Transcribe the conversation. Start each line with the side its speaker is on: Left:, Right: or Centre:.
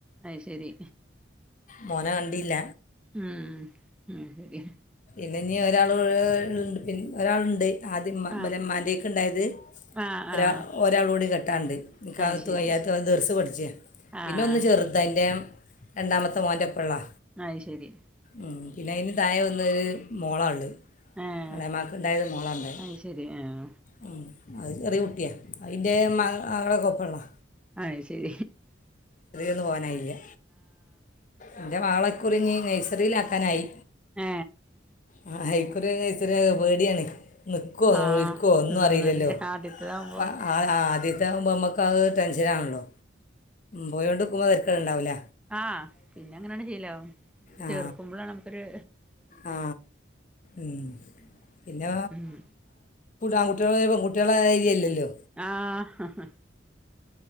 Centre: അയ് ശരി
Left: മോനെ കണ്ടില്ല
Centre: ഉം ഉം ശര്യാ
Left: പിന്ന ഇനി ഒരാള് <unintelligible> ണ്ട് പിൻ ഒരാള്ണ്ട് ആദ്യം ഇമ്മ ഇബലെ
Centre: ആഹ്
Left: ഇമ്മാൻ്റെയ്ക്ക് ഇണ്ടായത്
Centre: ആഹ്
Left: ഒരാൾ
Centre: ആഹ്
Left: ഒരാളൂട്ട്ടി കെ ട്ടാണ്ട് ഈ കാലത്ത്
Centre: അയ് ശരി
Left: വയ്യാത്തവൻ ദെർസ് പഠിച്ച
Centre: ആഹ്
Left: പിന്നെ ഒന്ന് ചെറുത ഇൻ്റെ രണ്ടാമത്തെ മോൻറ്റപ്പള്ളതാ
Centre: അയ് ശരി
Left: ആ പിന്നെ അതിന് താഴ ഒന്ന് മോള ഉള്ളത്
Centre: ഏഹ്
Left: എളേമാക്ക് ഇണ്ടായത് മോളാ ഇണ്ടായെ
Centre: അയ് ശരി ആഹ്
Left: ഉം അത് ചെറിയ കുട്ടിയാ അയിൻ്റെ മ മകളെക്കെ ഒപ്പള്ളതാ
Centre: അയ്ശരി
Left: ന്ന് പോവാനായില്ല്യ ഇൻ്റെ മകളെ ഇക്കുറിഞ്ഞി നഴ്സറിയിലാക്കാനായി
Centre: ഏ
Left: ആ, ഇക്കുറി നഴ്സറിയിൽ ആ <unintelligible> പേടിയാണ് നിക്കോ നൊലോളിക്കോ
Centre: ആഹ്
Left: ഒന്നു
Centre: എന്നന്നറിയ
Left: അറീലല്ലോ
Centre: ആദ്യത്തതാവുമ്പോ
Left: പ്പ അ ആദ്യത്തെ ആവുമ്പൊ അമ്മക്കത് ടെൻഷനാണല്ലോ പോയൊണ്ട്ക്കുമ്പം തെര അത്ര ഉണ്ടാവൂല
Centre: ആ പിന്നെ അങ്ങനെയാണ്ട് ശീലാവും
Left: ആ
Centre: ചേർക്കുമ്പളാണ് നമുക്കൊര്
Left: ആ ഉം പിന്നെ
Centre: ഉം
Left: ആൺകുട്ടിയേള് പെൺകു കുട്ട്യേള മായിരി അല്ലല്ലോ
Centre: ആഹ് <unintelligible>